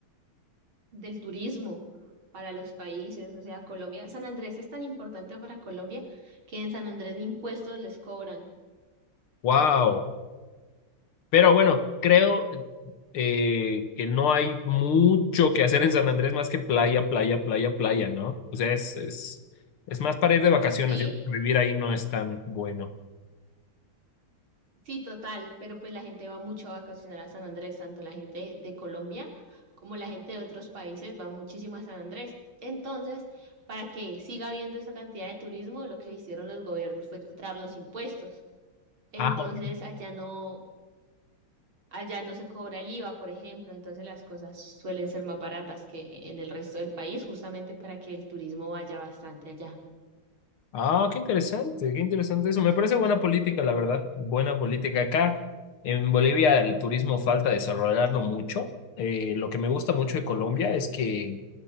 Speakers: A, on the right; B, on the left.
A: del turismo para los países. O sea, Colombia, San Andrés es tan importante para Colombia que en San Andrés ni impuestos les cobran.
B: ¡Wow! Pero bueno, creo eh, que no hay mucho que hacer en San Andrés más que playa, playa, playa, playa, ¿no? O sea, es, es, es más para ir de vacaciones.
A: Sí,
B: Yo creo que vivir ahí no es tan bueno.
A: sí, total, pero pues la gente va mucho a vacacionar a San Andrés, tanto la gente de Colombia como la gente de otros países va muchísimo a San Andrés. Entonces, para que siga habiendo esa cantidad de turismo, lo que hicieron los gobiernos fue quitar los impuestos. Entonces,
B: Ah, ok.
A: allá no, Allá no se cobra el IVA, por ejemplo, entonces las cosas suelen ser más baratas que en el resto del país, justamente para que el turismo vaya bastante allá.
B: Ah, qué interesante, qué interesante eso. Me parece buena política, la verdad. Buena política. Acá en Bolivia el turismo falta desarrollarlo mucho. Eh, lo que me gusta mucho de Colombia es que